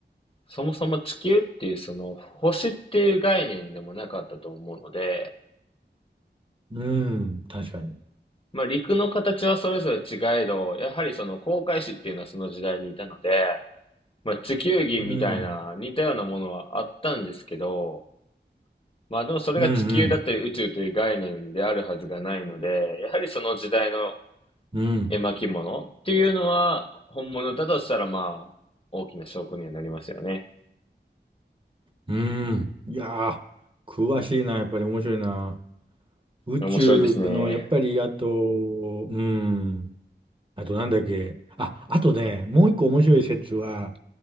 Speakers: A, on the left (about 30°); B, on the right (about 25°).
A: そもそも地球っていうその星っていう概念でもなかったと思うので、
B: うん、確かに。
A: まあ陸の形はそれぞれ違えど、やはりその航海士っていうのはその時代にいたので、まあ、地球儀みたいな似たようなものはあったんですけど、
B: うん、
A: まあでもそれが地球だったり宇宙という概念であるはずがないので、
B: うん、うん、
A: やはりその時代の
B: うん、
A: 絵巻物っていうのは本物だとしたらまあ大きな証拠にはなりますよね。
B: うん。いやー、詳しいな、やっぱり面白いな。宇宙の、
A: 面白いですね。
B: やっぱり、あと、うん、あとなんだっけ。あ、あとね、もう一個面白い説は、